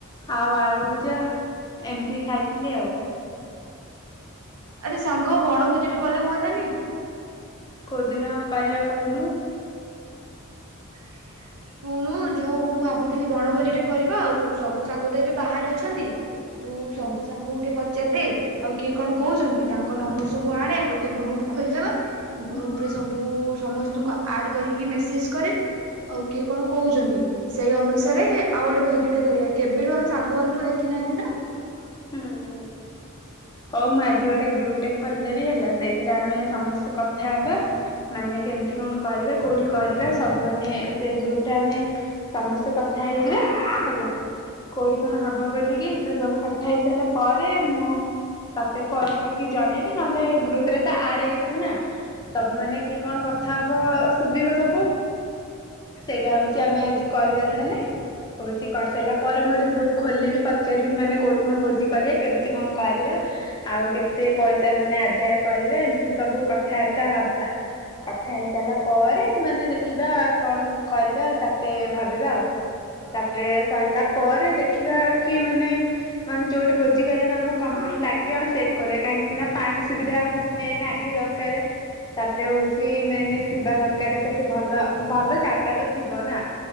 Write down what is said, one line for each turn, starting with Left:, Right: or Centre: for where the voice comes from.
Left: ଆଉ ଆଳୁ ଭଜା। ଏମିତି ଖାଇଥିଲି ଆଉ।
Right: ଆରେ ସାଙ୍ଗ ବଣଭୋଜି ଟେ କଲେ ହୁଅନ୍ତାନି?
Left: କଉଦିନ କରିବା କହୁନୁ?
Right: ହ ଶୁଣୁ ଯୋଉ ମୁଁ ଭାବୁଥିଲି ବଣଭୋଜି ଟେ କରିବା ଆଉ ସବୁ ସାଙ୍ଗ ତ ଏବେ ବାହାରେ ଅଛନ୍ତି। ତୁ ସବୁ
Left: ହୁଁ
Right: ସାଙ୍ଗକୁ ଟିକେ ପଚାରିଦେ ଆଉ କିଏ କଣ
Left: ହୁଁ
Right: କହୁଛନ୍ତି ତାଙ୍କ ନମ୍ବର
Left: ହୁଁ
Right: ସବୁ ଆଣେ ଗୋଟେ ଗ୍ରୁପ। ଖୋଲିଦବା ଗ୍ରୁପରେ
Left: ହୁଁ
Right: ସବୁ ସମସ୍ତଙ୍କୁ ଆଡ କରିକି ମେସେଜ କରିବା। ଆଉ କିଏ କଣ କହୁଛନ୍ତି ସେଇ ଅନୁସାରେ ଆଉ ଗୋଟେ ଭୋଜିଟେ କରିବା କେବେଠୁ ଆମେ ସାଙ୍ଗମାନଙ୍କୁ ଦେ ଖି ନାହାନ୍ତି ନା।
Left: ହୁଁ
Right: <inaudible>
Left: ହୁଁ ହଉ ମୁଁ ଆଜି ଗୋଟେ ଗ୍ରୁପଟେ ଖୋଲିଦେବି ହେଲା। ସେଇଥିରେ ଆମେ ସମସ୍ତେ କଥା ହବା। ମାନେ କେମିତି କଣ କରିବା? କୋଉଠି କରିବା ସବୁ ମାନେ ସେଇ ଗ୍ରୁପରେ ଆମେ ସମସ୍ତେ କଥା ହେଇଯିବେ ହେଲା। କୋଉଠି କଣ ହବ ବୋଲିକି, ସେ ସବୁ କ କଥା ହେଇ ସାରିଲା ପରେ ମୁଁ ତତେ ଫୋନ କରିକି ଜଣେଇବି, ନ ହେଲେ ଗ୍ରୁପରେ ତ ଆଡ୍ ହେଇଥିବୁ ନା। ସବୁ ମାନେ କିଏ କଣ କଥା ହବ ଶୁଭିବ ସବୁ? ସେଇଟା ହଉଛି ଆମେ ଆଜି କରିବା ତା ହେଲେ। କଉଛି କରିସାରିଲା ପରେ ମୁଁ ଗୋଟେ ଗ୍ରୁପ୍ ଖୋଲିବି, ପଚାରିବି ମାନେ କୋଉଠି କଣ ଭୋଜି କରିବା? କେମିତି କଣ କରିବା? ଆଉ କେତେ ପଇସା ମାନେ ଆଦାୟ କରିବା, ଏମିତି ସବୁ କଥାବାର୍ତ୍ତା ହବା? କଥା ହେଇସାରିଲା ପରେ ମାନେ ଦେଖିବା କଣ କରିବା? ତା ପରେ ଭାବିବା ଆଉ। ତା ପରେ ସାରିଲା ପରେ ଦେଖିବା କିଏ ମାନେ ମାନେ ଯୋଉଠି ଭୋଜି କରିବା ପାଇଁ ଆମକୁ କମ୍ଫର୍ଟ ଲାଗିବ ଆଉ ସେଇଠି କରିବା। କାହିଁକିନା ପାଣି ସୁବିଧା ଆମକୁ ମେନ୍ ଆଗେ ଦ ରକାରେ ତା ପରେ ହଉଛି ମେନ୍ ଥିବା ଦରକାର ସେଠି ଭଲ। ଭଲ ଜାଗା ତ ଥିବ ନା।